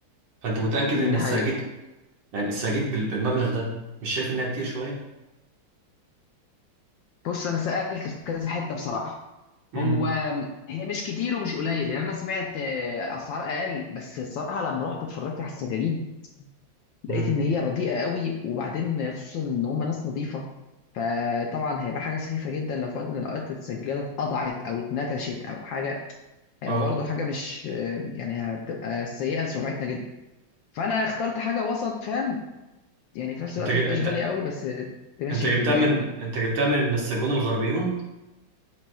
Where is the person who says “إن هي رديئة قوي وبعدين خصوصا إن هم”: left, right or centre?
Left